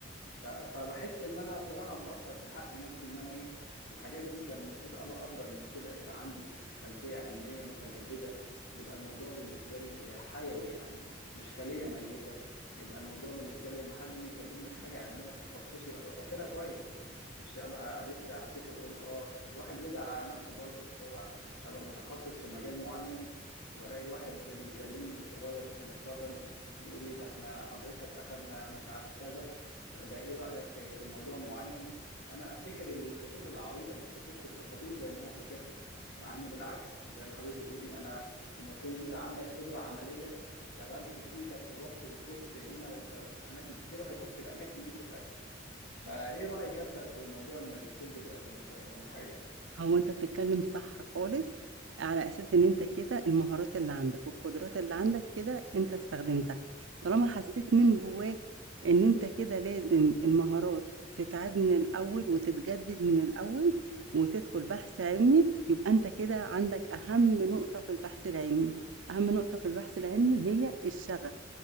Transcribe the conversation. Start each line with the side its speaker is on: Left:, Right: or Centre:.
Left: ف- فبحس ان انا صراحه مقصر في حق نفسي ان انا ايه الحاجات دي كان المفروض ابقى افضل من كده يبقى عندي خلفيه علميه متجدده يبقى الموضوع بالنسبه لي آه، حيوي يعني مش خليه ميته يبقى الموضوع بالنسبه لي لما حد يجي يكلمني في حاجه علميه في تخصصي ابقى فاكرها كويس مش ابقى لسه هفتكر واقول اه الواحد بيزعل على نفسه برضو اللي هو ابقى متخصص في مجال معين والاقي واحد بيكلمني صغير لسه متخرج يقول لي ده احنا حضرتك اخدنا مش عارف كذا ده ايه رأيك في في موضوع معين انا افتكر الخطوط العريضة ما افتكرش التفاصيل زي ما هو فاكرها مع ان بالعكس زي ما حضرتك بتقولي انا المفروض انت عندك خبرة عملية اشتغلت بايدك ورحت وشفت هنا واشتغلت في اماكن كتيرة فشفت الاماكن دي كلها فايه رأيك ابدأ في موضوع الماجستير دلوقتي مثلا ولا حاجة
Right: هو أنت بتتكلم صح خالص، على أساس إن أنت كده المهارات اللي عندك والقدرات اللي عندك كده أنت استخدمتها، طالما حسيت من جواك إن أنت كده لازم المهارات تتعاد من الأول وتتجدد من الأول، وتدخل بحث علمي، يبقى أنت كده عندك أهم نقطة في البحث العلمي، أهم نقطة في البحث العلمي هي الشغف،